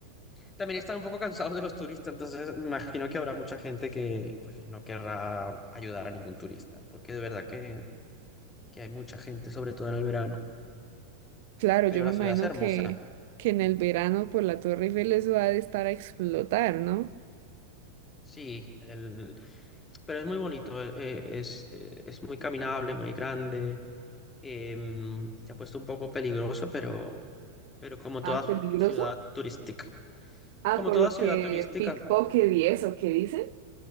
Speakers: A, on the left (about 15°); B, on the right (about 50°).
A: también están un poco cansados de los turistas, entonces me imagino que habrá mucha gente que pues no querrá ayudar a ningún turista, porque de verdad que, que hay mucha gente, sobre todo en el verano.
B: Claro,
A: Pero
B: yo me
A: la
B: imagino
A: ciudad es hermosa,
B: que, que en el verano por la Torre Eiffel eso ha de estar a explotar, ¿no?
A: sí, el, pero es muy bonito, eh, es, eh, es muy caminable, muy grande, em, se ha puesto un poco peligroso, pero, pero como toda
B: Ah, peligroso.
A: ciudad turística.
B: Ah,
A: Como
B: por
A: toda
B: lo
A: ciudad
B: que
A: turística,
B: pickpocket y eso, ¿qué dicen?